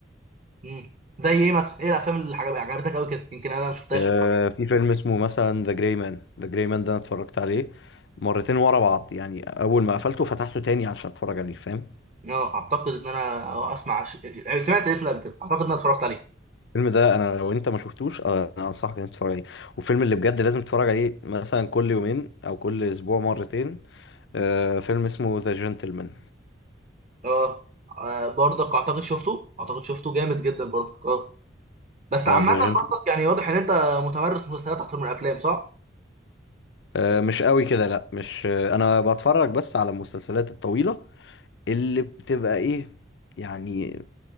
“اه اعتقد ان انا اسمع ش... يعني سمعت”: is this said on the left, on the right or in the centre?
Right